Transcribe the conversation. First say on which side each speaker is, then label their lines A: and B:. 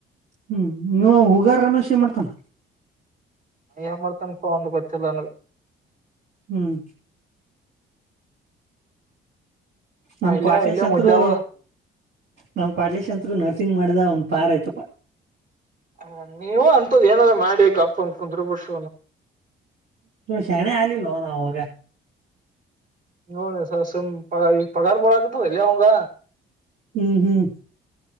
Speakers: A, on the right (about 60°); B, on the right (about 40°).
A: ಹ್ಮ್ ಹುಗಾರ ರಮೇಶ್ ಮಾಡ್ತಾನ
B: ಏನ್ ಮಾಡ್ತನ್ಕೋ ಒಂದ ಗೊತ್ತಿಲ್ಲ ನನ್ಗ್
A: ಹ್ಮ್ ನಮ್
B: ಇಲ್ಲೇ
A: ಕ್ವಾಟ್ಲೆಶಾಂತೃ
B: ಇಲ್ಲೇ ಮುದ್ದ್ಯಾವ
A: ನಮ್ ಕ್ವಾಟ್ಲೆಶ್ ಅಂತೃ ನರ್ಸಿಂಗ್ ಮಾಡ್ದ ಅವಂದು ಪಾರ ಆಯ್ತಪ್ಪ
B: ಹ ನೀವ ಅಂತದ್ ಏನಾದ್ರ್ ಮಾಡಿ ಗಪಾಂಗ್ ಕುಂದ್ರು ಬಡ್ಸ
A: ಶಣೆ ಆಗಲಿಲ್ಲ ನಾವ್ ಅವಾಗ
B: ನೋಳ ಸಸಮ್ ಪ ಈ ಪಗಾರ್ ಬಿಡಾಕತ್ತೆ ವಲಲೇಅವಂಗ
A: ಹ್ಮ್ ಹ್ಮ್